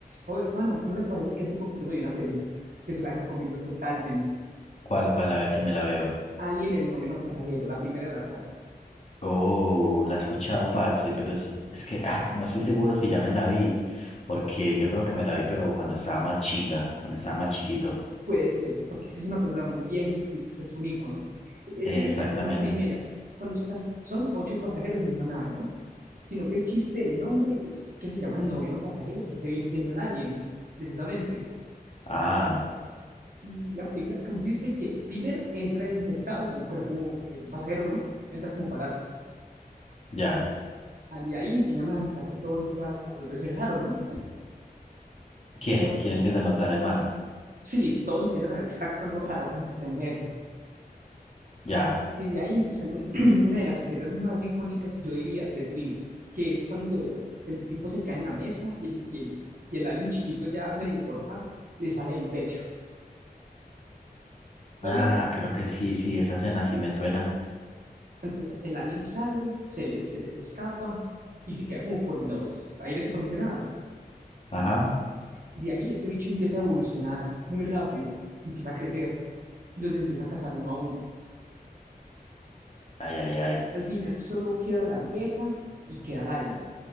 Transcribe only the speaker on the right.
Oye, pana, ¿cómo le parece que hace poquito me vi una película que se la recomiendo totalmente?
Alien, el noveno pasajero, la primera de la saga.
Puede ser, porque es que es una película muy vieja y es, es un icono. Es
en esa,
en la primera, cuando están, son ocho pasajeros en una nave, ¿no? Sino que el chiste del nombre es que se llama el noveno pasajero, que se viene siendo el alien, precisamente.
Y la película consiste en que primero entra infectado en un cuerpo de un pasajero, ¿no? Entra como parásito.
Ah, De ahí empiezan a notar que todo empieza a volverse raro, ¿no?
con
Sí, todos empiezan a ver que está actuando raro, como que está enfermo.
Y de ahí empieza un- <clears throat> una de las escenas más icónicas, yo diría, del cine, que es cuando el tipo se cae en la mesa y el, y el, y el alien chiquito ya medio formado le sale del pecho. La
ubica.
Entonces el alien sale, se les, se les escapa y se queda como por los aires acondicionados.
De ahí ese bicho empieza a evolucionar muy rápido, empieza a crecer y los empieza a cazar uno a uno.
Al final solo queda la vieja y queda el alien.